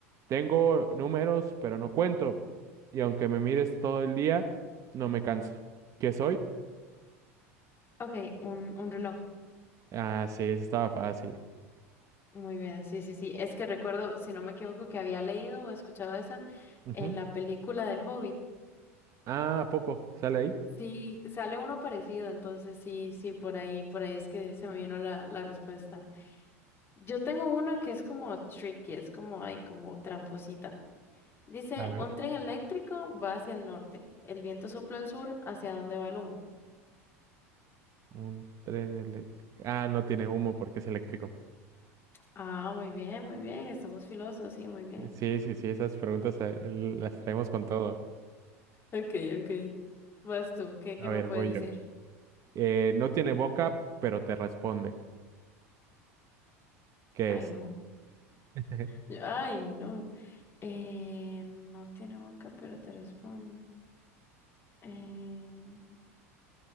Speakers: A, on the right; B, on the left.
A: Tengo números, pero no cuento. Y aunque me mires todo el día, no me canso. ¿Qué soy?
B: Ok, un, un reloj.
A: Ah, sí, eso estaba fácil.
B: Muy bien, sí, sí, sí. Es que recuerdo, si no me equivoco, que había leído o escuchado esa
A: Ujú.
B: en la película del Hobbit.
A: Ah, ¿a poco? ¿Sale ahí?
B: Sí, sale uno parecido, entonces sí, sí, por ahí, por ahí es que se me vino la, la respuesta. Yo tengo una que es como tricky, es como, ay, como tramposita. Dice,
A: A ver.
B: un tren eléctrico va hacia el norte, el viento sopla al sur, ¿hacia dónde va el humo?
A: Un tren eléctrico. Ah, no tiene humo porque es eléctrico.
B: Ah, muy bien, muy bien, estamos filosos, sí, muy bien.
A: Sí, sí, sí, esas preguntas eh, las traemos con todo.
B: Ok, ok. Vas tú, ¿qué,
A: A
B: qué
A: ver,
B: me puedes
A: voy yo.
B: decir?
A: Eh, no tiene boca, pero te responde. ¿Qué
B: Ay,
A: es?
B: no.
A: <laughs>
B: Yo, Ay, no. Eh, no tiene boca, pero te responde. Eh,